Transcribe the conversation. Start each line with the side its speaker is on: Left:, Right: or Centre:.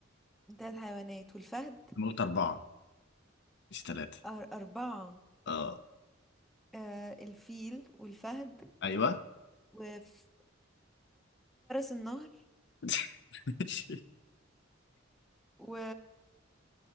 Centre: تلات حيوانات والفهد
Left: انا قلت اربعه مش ثلاثه
Centre: أر- أربعة
Left: اه
Centre: آه الفيل والفهد
Left: ايوه
Centre: وفرس النهر
Left: <laughs> ماشي.
Centre: و